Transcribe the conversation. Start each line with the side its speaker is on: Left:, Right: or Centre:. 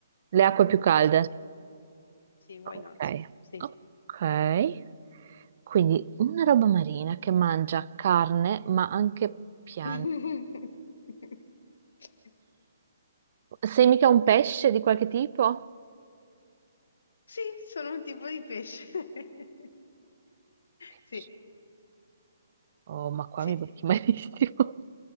Right: le acque più calde.
Left: Sì, sì, why
Right: Ok.
Left: not? Sì.
Right: Ok. Quindi una roba marina che mangia carne, ma anche piante.
Left: <laughs>
Right: Sei mica un pesce di qualche tipo?
Left: Sì, sono un tipo di pesce. <laughs>
Right: Pesce.
Left: Sì,
Right: Oh, ma qua
Left: sì.
Right: mi becchi malissimo.